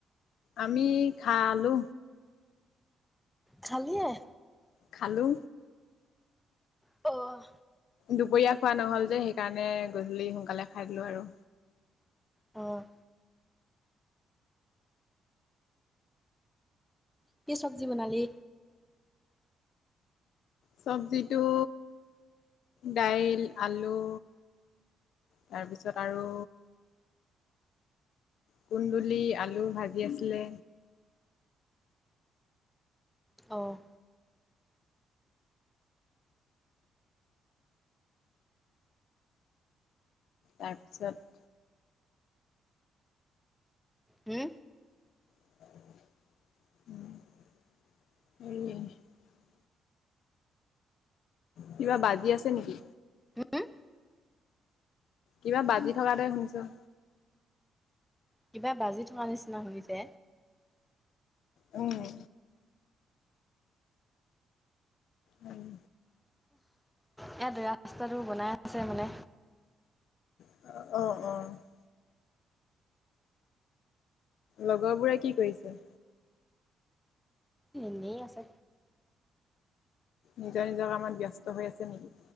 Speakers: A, on the left (about 75°); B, in the centre.
A: আমি খালো।
B: খালিয়েই?
A: খালো।
B: অ'
A: দুপৰীয়া খোৱা নহল যে সেইকাৰণে গধূলি সোনকালে খাই দিলো আৰু।
B: অ'। কি চব্জি বনালি।
A: চব্জিটো দাইল আলু। তাৰপিছত আৰু কুন্দুলি আলু ভাজি আছিলে।
B: অ',।
A: তাৰপিছত
B: উম
A: <unintelligible> কিবা বাজি আছে নেকি?
B: হম
A: কিবা বাজি থকা দৰে শুনছোঁ।
B: কিবা বাজি থকা নিচিনা শুনিছে।
A: উম। উম।
B: ইয়াত ৰাস্তাটো বনাই আছে মানে।
A: অ', অ'। লগৰবোৰে কি কৰিছে?
B: ইনে আছে।
A: নিজৰ নিজৰ কামত ব্যস্ত হৈ আছে নেকি?